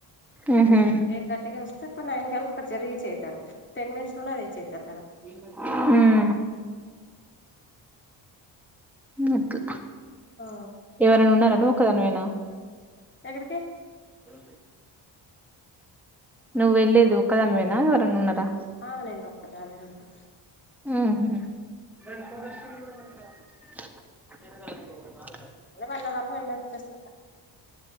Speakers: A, in the centre; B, on the left.
A: హు
B: ఎయిట్ థర్టీకి వస్తే ఓ నైన్ కల్లా కొంచెం రీచ్ అవుతారు. టెన్ మినిట్స్ లోనే రీచ్ అవుతారు కదా
A: ఆ నికు
B: ఆ
A: ఎవరైనా ఉన్నారా నువ్వు ఒకదానివేన
B: ఎక్కడికి
A: అ నువ్వు వెళ్ళేది ఒక్కడనివేన ఎవరన్నా ఉన్నారా.
B: ఆ నేను ఒకదానినే ఉన్నా
A: హు
B: వెళ్లే వాళ్ళు వెళ్ళి వచ్చేస్తారుా